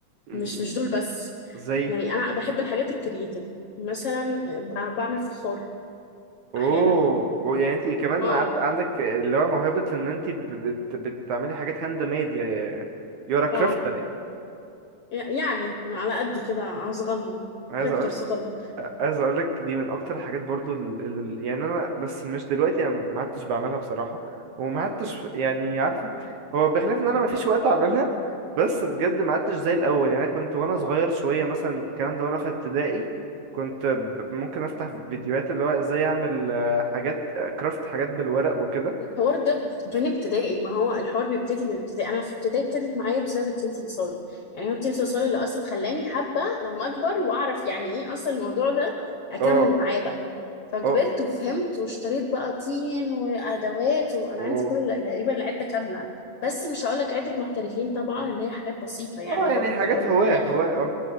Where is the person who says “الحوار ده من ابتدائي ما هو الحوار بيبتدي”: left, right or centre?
Left